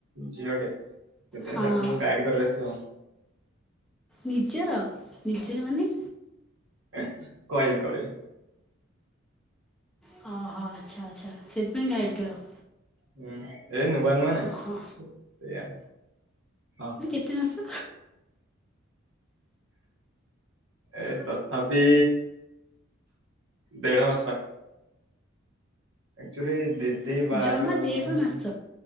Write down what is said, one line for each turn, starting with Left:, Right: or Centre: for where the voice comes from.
Right: ଝିଅ ଟେ ସେଥିପାଇଁ
Centre: ହଁ
Right: ତାକୁ ମୁଁ ଗାଡି କର ବେସି ଆଉ।
Centre: ନିଜର ନିଜର ମାନେ?
Right: ଏ କହିବି କହିବି।
Centre: ହଁ ହଁ ଆଛା ଆଛା ସେଥିପାଇଁ ଗାଳି କର।
Right: ହୁଁ ଏ ନୁଆ ନୁଆ ନେ
Centre: ଓହୋ
Right: ସେୟା ହଁ।
Centre: କି ଅସ
Right: ଏ ତଥାପି ଦେଢ଼ ମାସ ପା ଆକ୍ଚୁଲି ଦିଦି ବାହାଘର
Centre: ଜମା ଦେଢ଼
Right: ହେଲ
Centre: ମାସ